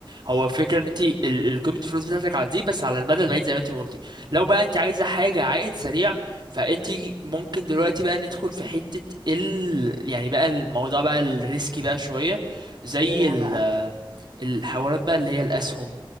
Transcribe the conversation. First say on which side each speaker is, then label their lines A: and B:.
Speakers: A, on the right (about 55°); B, on the right (about 75°).
A: هو الفكره ان انت ال- ال- قيمه الفلوس بتاعتك على دي بس على المدى البعيد زي ما انت ما قلتي لو بقى انت عايزه حاجه عائد سريع فانت ممكن دلوقتي بقى ندخل في حته ال يعني بقى الموضوع بقى الريسكي بقى شويه زي
B: ايه هو
A: ال
B: بقى
A: الحوارات بقى اللي هي الأسهم